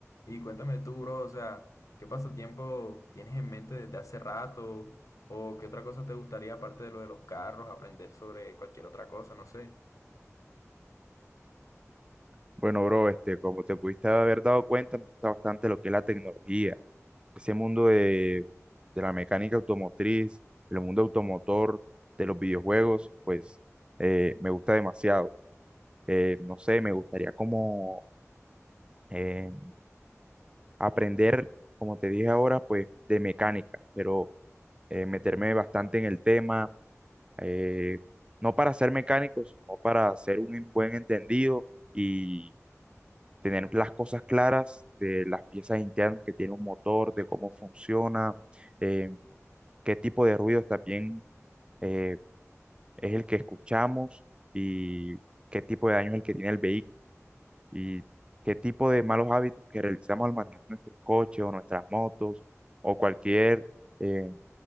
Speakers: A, on the left; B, on the right.
A: Y cuéntame tú, bro, o sea, ¿qué pasatiempo tienes en mente desde hace rato? ¿O qué otra cosa te gustaría aparte de lo de los carros, aprender sobre cualquier otra cosa? No sé.
B: Bueno, bro, este, como te pudiste haber dado cuenta, me gusta bastante lo que es la tecnología, ese mundo de, de la mecánica automotriz, el mundo automotor, de los videojuegos, pues eh, me gusta demasiado. eh, no sé, me gustaría como eh, aprender, como te dije ahora, pues de mecánica, pero eh, meterme bastante en el tema, eh, no para ser mecánico, sino para ser un en- buen entendido y tener las cosas claras de las piezas internas que tiene un motor, de cómo funciona, eh, qué tipo de ruidos también eh, es el que escuchamos y qué tipo de daño es el que tiene el vehículo. y qué tipo de malos hábitos que realizamos al manejar nuestros coches o nuestras motos o cualquier eh,